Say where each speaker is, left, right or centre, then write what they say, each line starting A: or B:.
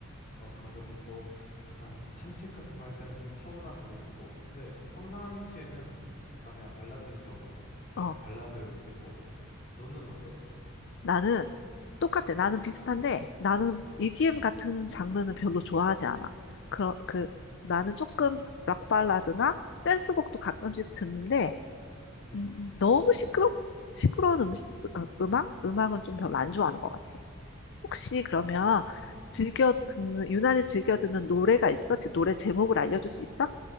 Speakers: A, on the left; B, on the left.
A: 어, 그런 거 듣고 약간 산책 같은 거 할 때는 좀 차분한 노래 듣고. 근데 평상시에는 약간 내가 발라드 좋아하거든. 그래서
B: 어,
A: 발라드 듣고. 너는 어때?
B: 나는 똑같아. 나는 비슷한데 나는
A: 응.
B: EDM 같은 장르는 별로 좋아하지 않아. 그런 그 나는 조금 락 발라드나 댄스곡도 가끔씩 듣는데
A: 응.
B: 음, 너무 시끄럽 시끄러운 음식 어, 음악 음악은 좀 별로 안 좋아하는 것 같아. 혹시 그러면
A: 어.
B: 즐겨 듣는 유난히 즐겨 듣는 노래가 있어? 지- 노래 제목을 알려줄 수 있어?